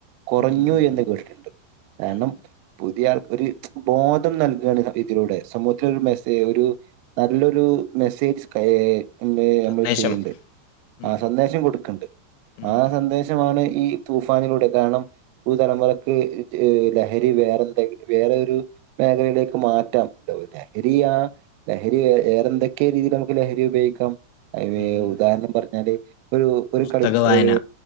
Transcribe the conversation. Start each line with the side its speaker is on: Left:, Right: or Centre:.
Right: കൊറഞ്ഞു
Left: ഉം ഉം
Right: എന്ന്
Left: ഉം
Right: കേട്ടിട്ടുണ്ട് കാരണം
Left: ഉം
Right: പുതിയാൾ ഒരു ബോ ധം നൽക്ആണ് ഇതിലൂടെ. സമൂഹത്തിന് ഒരു മെസേ ഒരു നല്ലൊരു മെസ്സേജ് കഏ എന്തേ നമ്മൾ
Left: സന്ദേശം
Right: ചെയ്യ്ണ്ട്
Left: ഉം
Right: ആഹ്
Left: ഉം
Right: സന്ദേശം കൊടുക്ക്‌ണ്ട്
Left: ഉം
Right: ആ സന്ദേ ചമാണ് ഈ തൂഫാനിലൂടെ കാരണം. പുതുതലമുറക്ക് ലഹരി വേറെന്തങി വേറൊരു മേഖലയിലേക്ക് മാറ്റാം ഉണ്ടോ ലഹരിയാ ലഹരി വേറെന്തൊക്കെ രീതില് നമുക്ക് ലഹരി ഉപയോഗിക്കാം. അയിന്
Left: ഉം
Right: ഉദാഹരണം പറഞ്ഞാല് ഒരു ഒരു
Left: പുസ്തക
Right: കളി
Left: വായന
Right: ഒരു